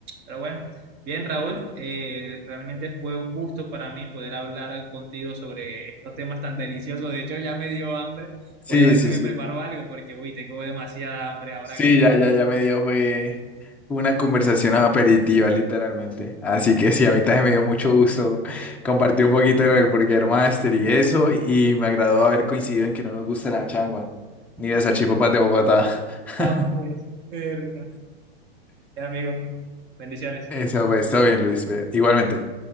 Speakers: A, on the right; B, in the centre.
A: Pero bueno, bien, Raúl, eh, realmente fue un gusto para mí poder hablar contigo sobre estos temas tan deliciosos. De hecho, ya me dio hambre.
B: Sí,
A: Voy a ver
B: sí,
A: si me
B: sí.
A: preparo algo porque, uy, tengo demasiada hambre ahora.
B: Sí, ya, ya, ya me dio fue una conversación aperitiva, literalmente. Así que sí, a mí también me dio mucho gusto compartir un poquito de lo del Burger Master y eso. Y me agradó haber coincidido en que no nos gusta la changua, ni las salchipapas de Bogotá. <laughs>
A: Ah, pues, verga. Bien, amigo, bendiciones.
B: Eso pues, todo bien, Luis. ve, Igualmente.